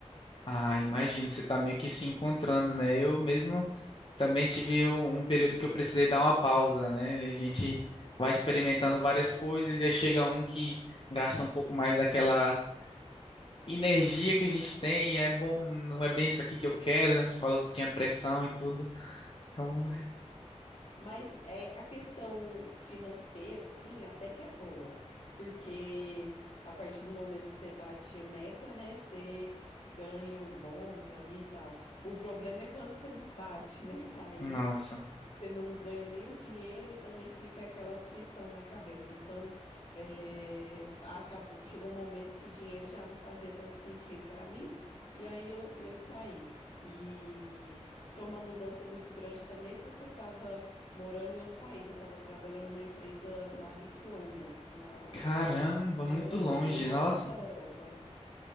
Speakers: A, on the left; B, on the left.
A: Ah, imagino, você tá meio que se encontrando, né? Eu mesmo também tive um um período que eu precisei dar uma pausa, né? A gente vai experimentando várias coisas e aí chega um que gasta um pouco mais daquela energia que a gente tem, é bom, não é bem isso aqui que eu quero, né? Você falou que tinha pressão e tudo. Então,
B: Mas é, a questão financeira, assim, até que é boa, porque a partir do momento que você bate a meta, né, você ganha um bônus ali e tal. O problema é quando você não bate, né? <laughs> Aí
A: nossa,
B: você não ganha nem o dinheiro e também fica aquela pressão na cabeça. Então, eh, acabou, chegou um momento que o dinheiro já não fazia tanto sentido para mim, e aí eu, eu saí. E foi uma mudança muito grande também, porque eu estava morando em outro país, eu estava trabalhando numa empresa na Lituânia, na,
A: caramba,
B: na
A: muito
B: Euro,
A: longe,
B: no norte
A: nossa.
B: da Europa.